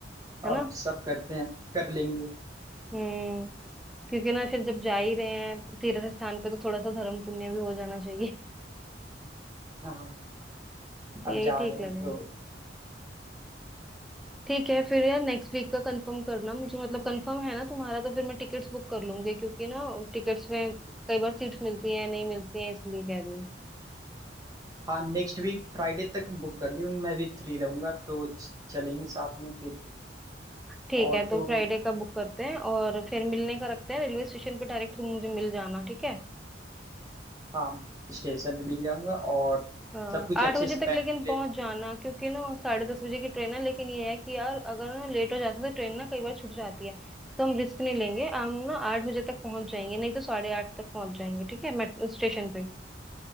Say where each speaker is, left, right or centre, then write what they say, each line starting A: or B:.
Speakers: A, in the centre; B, on the right (about 20°).
A: है ना
B: अब सब करते हैं कर लेंगे
A: हम्म क्योंकि ना फिर जब जा ही रहे हैं तीर्थ स्थान पे तो थोड़ा सा धर्म पुण्य भी हो जाना चाहिए
B: हाँ अब
A: यही
B: जा
A: ठीक
B: रहे
A: लगेगा
B: हैं तो
A: ठीक है फिर यार नेक्स्ट वीक का कंफर्म करना मुझे मतलब कंफर्म है ना तुम्हारा तो फिर मैं टिकट्स बुक कर लूंगी क्योंकि ना टिकट्स में कई बार सीट्स मिलती हैं नहीं मिलती हैं इसलिए कह रही हूँ
B: हाँ नेक्स्ट वीक फ्राइडे तक बुक कर लूंगी मैं भी फ्री रहूंगा तो च- चलेंगे साथ में फिर
A: ठीक
B: और
A: है तो
B: तो
A: फ्राइडे का बुक करते हैं और फिर मिलने का रखते हैं रेलवे स्टेशन पे डायरेक्ट तुम मुझे मिल जाना ठीक है
B: हाँ स्टेशन पे मिल जाऊंगा और
A: हाँ,
B: सब कुछ
A: आठ
B: अच्छे
A: बजे
B: से
A: तक
B: पैक
A: लेकिन
B: कर
A: पहुंच
B: ले
A: जाना क्योंकि ना साढ़े दस बजे की ट्रेन है लेकिन ये है कि यार अगर ना लेट हो जाता है तो ट्रेन ना कई बार छूट जाती है तो हम रिस्क नहीं लेंगे हम ना आठ बजे तक पहुंच जाएंगे नहीं तो साढ़े आठ तक पहुंच जाएंगे ठीक है मेट्रो स्टेशन पे